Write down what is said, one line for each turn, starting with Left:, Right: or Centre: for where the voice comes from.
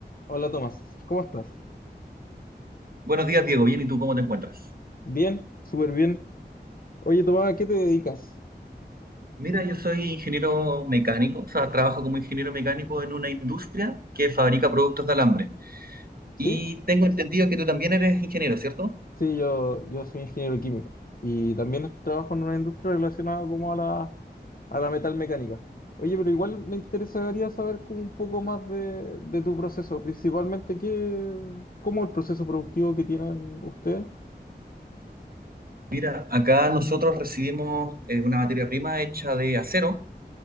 Left: Hola Tomás, ¿cómo estás?
Right: Buenos días, Diego. Bien, ¿y tú cómo te encuentras?
Left: Bien, súper bien. Oye Tomás, ¿a qué te dedicas?
Right: Mira, yo soy ingeniero mecánico, o sea, trabajo como ingeniero mecánico en una industria que fabrica productos de alambre.
Left: ¿Sí?
Right: Y tengo entendido que tú también eres ingeniero, ¿cierto?
Left: Sí, yo, yo soy ingeniero químico y también trabajo en una industria relacionada como a la, a la metalmecánica. Oye, pero igual me interesaría saber como un poco más de, de tu proceso, principalmente qué, cómo el proceso productivo que tienen ustedes.
Right: Mira, acá nosotros recibimos eh, una materia prima hecha de acero,